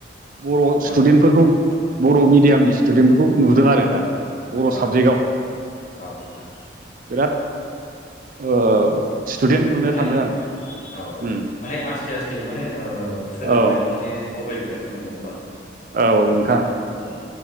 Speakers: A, on the right; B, on the left.
A: बर'
B: औ
A: स्टुडेन्टफोरखौ बर' मिडियामनि स्टुडेन्टफोरखौ नुदों आरोना
B: औ
A: बर'
B: औ
A: साबजेक्टआव
B: औ नोंथां
A: बिराद ओ स्टुडेन्ट नुनो
B: माने
A: थांदों आं
B: औ
A: उम
B: माने आसते आसते माने ओ सोलोंथायाव
A: औ
B: माने आवगायबोगासिनो दं नङा होमबा
A: औ नोंथां
B: अ